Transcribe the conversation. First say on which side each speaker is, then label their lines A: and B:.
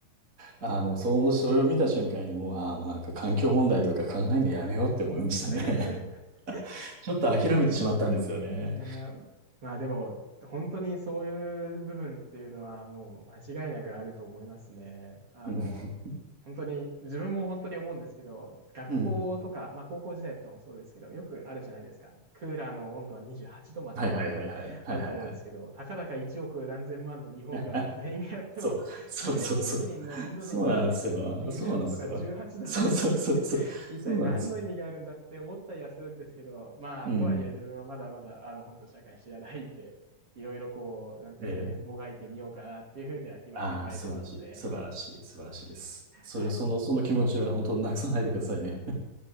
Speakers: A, on the right; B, on the right.
A: ああ、もう、その、それを見た瞬間にもう、ああ、もうなんか環境問題とか考えるのやめようって思いましたね。
B: <laughs>
A: <laughs> ちょっと諦めてしまったんですよね。
B: いやー、まあでも、本当にそういう部分っていうのはもう間違いなくあると思いますね。あの、
A: うん。
B: 本当に、自分も本当に思うんですけど、学校とか、
A: うん。
B: まあ高校時代とかもそうですけど、よくあるじゃないですか。クーラーの温度は28度までみたいな、
A: はいはいはいはい。はいはいはい。
B: あると思うんですけど、たかだか1億何千万の日本が全員がやっても、
A: あそう、そうそうそう。
B: 14億人のインド人が20度とか18度でやってて、
A: そうなんですよ。そうなんですよ。そうそうそうそう。
B: 一体何の意味があるんだって思ったりはするんですけど、
A: そうなんですよ。
B: まあ、
A: うん。
B: とはいえ自分はまだまだ、あの、本当社会知らないんで、<laughs> いろいろこう、なんていうんですかね、
A: ええ。
B: もがいてみようかなっていうふうには今考えてますね。
A: ああ、素晴らしい。素晴らしい。素晴らしいです。それ、
B: はい。
A: その、その気持ちは本当なくさないでくださいね。